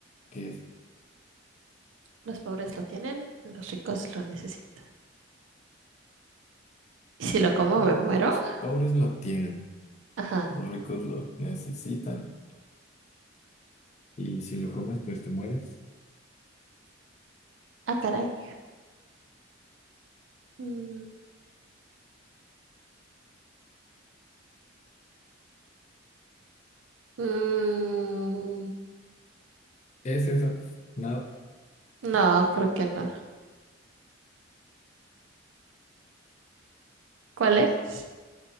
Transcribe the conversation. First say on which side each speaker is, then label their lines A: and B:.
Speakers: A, on the left; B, on the right.
A: ¿Qué es?
B: Los pobres lo tienen, los ricos lo necesitan. ¿Y si lo como
A: No,
B: me muero?
A: los pobres lo tienen,
B: Ajá.
A: los ricos lo necesitan, y si lo comes pues te mueres.
B: Ah, caray. Mm, mm,
A: Es eso, nada,
B: no, creo que no. ¿Cuál es?